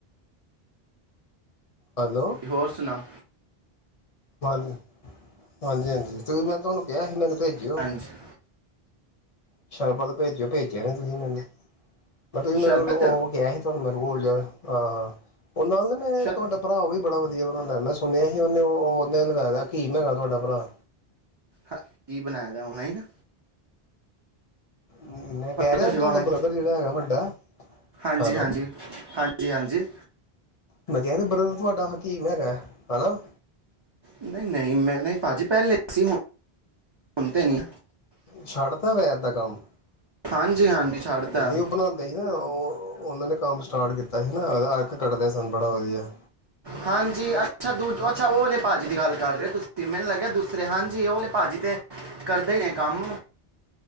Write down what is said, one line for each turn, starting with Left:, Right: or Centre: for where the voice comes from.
Left: ਹੈਲੋ
Right: ਹੋਰ ਸੁਣਾਓ
Left: ਹਾਂਜੀ ਹਾਂਜੀ ਹਾਂਜੀ ਤੇ ਮੈਂਹਾਨੂੰ ਕਿਹਾ ਸੀ ਮੈਨੂੰ ਭੇਜਿਓ
Right: ਪੰਜਜੀ
Left: ਸ਼ਰਬਤ ਭੇਜਿਓ ਭੇਜਿਆ ਨੇ ਤੁਸੀਂ ਇਹਨਾਂ ਨੇ ਮੈਂ ਤੁਸੀਂ
Right: ਸ਼ਰਬਤ
Left: ਮੈਨੂੰ ਉਹ ਕਿਹਾ ਸੀ ਤੁਹਾਨੂੰ ਮ ੋਲ ਜਾ ਆਹ ਹਾਂ ਉਹਨਾਂ ਨਾਲ ਮੈਂ
Right: ਸ਼ਰ
Left: ਤੁਹਾਡਾ ਭਰਾ ਉਹ ਵੀ ਬੜਾ ਵਧਈਆ ਵਧੀਆ ਬਣਾਉਂਦਾ ਮੈਂ ਸੁਣਿਆ ਸੀ ਉਹਨੇ ਉਹ ਉਹਨੇ ਲਗਾਇ ਦਾ ਕੀ ਮੈਂਗਾ ਤੁਹਾਡਾ ਭਰਾ
Right: ਹਾਂ ਕੀ ਬਣਾਇਆ ਦਾ ਉਹ ਹੀ ਨਾ
Left: ਹਮ ਮੈਂ ਕਹਿ ਰਿਹਾ
Right: ਤੁਹਾਡੀ ਆਵਾਜ਼
Left: ਤੁਹਾਡਾ ਬ੍ਰਦਰ ਜਿਹੜਾ ਹੈਗਾ ਵੱਡਾ
Right: ਹਾਂਜੀ
Left: ਹੈਲੋ
Right: ਹਾਂਜੀ ਹਾਂਜੀ ਹਾਂਜੀ
Left: ਮੈਂ ਕਿਹਾਹਿ ਬ੍ਰ ਤੁਹਾਡਾ ਹ ਕੀ ਮੈਂਗਾ ਹੈਾ
Right: ਨਹੀਂ ਨਹੀਂ ਮੈਂ ਨਹੀਂ ਭਾਜੀ ਪਹਿਲੇ ਸੀ ਸੁਣ ਤੇ ਨੀ
Left: ਛੱਡਤਾ ਵੈ ਏਦਾ ਕੰਮ
Right: ਹਾਂਜੀ ਹਾਂਜੀ ਛੱਡਤਾ
Left: ਨੀ ਉਹ ਬਣਾਉਂਦੇ ਸੀ ਨਾ ਉਹ ਉਹਨਾਂ ਨੇ ਕੰਮ ਸਟਾਰਟ ਕੀਤਾ ਸੀ ਨਾ ਅਰਕ ਕੱਢਦੇ ਸਨ ਬੜਾ ਵਧੀਆ
Right: ਹਾਂਜੀ ਅੱਛਾ ਦੂਜ ਅੱਛਾ ਉਹਲੇ ਭਾਜੀ ਦੀ ਗੱਲ ਕਰ ਰਹੇ ਹੋ ਤੁਸੀਂ ਮੈਨੂੰ ਲੱਗਿਆ ਦੂਸਰੇ ਹਾਂਜੀ ਉਹਓਲੇ ਭਾਜੀੀ ਤੇ ਕਰਦੇ ਰਹੇ ਕੰਮ